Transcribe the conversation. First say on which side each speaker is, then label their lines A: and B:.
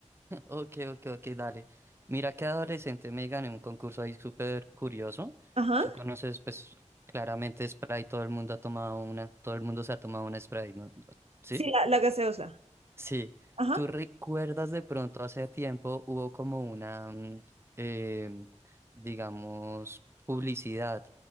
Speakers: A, on the right; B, on the right.
A: Ok, ok, ok, dale. Mira que adolescente me gané un concurso ahí súper curioso.
B: Ajá.
A: Tú conoces, pues, claramente Sprite, todo el mundo ha tomado una, todo el mundo se ha tomado una Sprite, ¿no? ¿Sí?
B: Sí, la, la gaseosa.
A: Sí.
B: Ajá.
A: ¿Tú recuerdas de pronto hace tiempo hubo como una, mm, em, digamos, publicidad